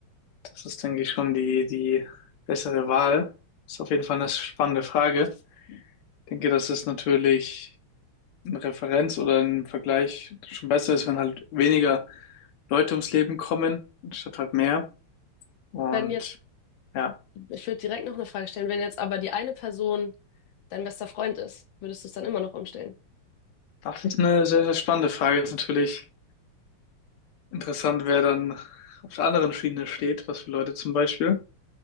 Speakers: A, on the left (about 80°); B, on the left (about 70°).
A: das ist, denke ich, schon die, die bessere Wahl. Ist auf jeden Fall eine spannende Frage. Ich denke, dass es natürlich eine Referenz oder ein Vergleich schon besser ist, wenn halt weniger Leute ums Leben kommen, anstatt halt mehr. Und
B: Wenn jetzt,
A: ja,
B: ich würde direkt noch eine Frage stellen, wenn jetzt aber die eine Person dein bester Freund ist, würdest du es dann immer noch umstellen?
A: das ist eine sehr, sehr spannende Frage. Ist natürlich interessant, wer dann auf der anderen Schiene steht, was für Leute zum Beispiel.